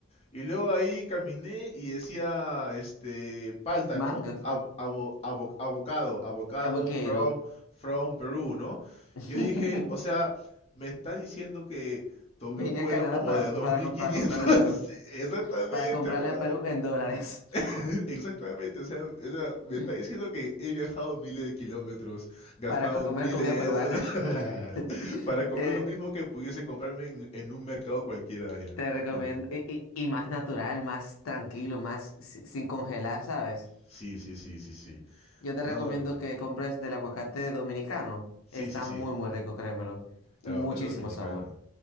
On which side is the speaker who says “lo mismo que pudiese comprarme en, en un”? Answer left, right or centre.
Left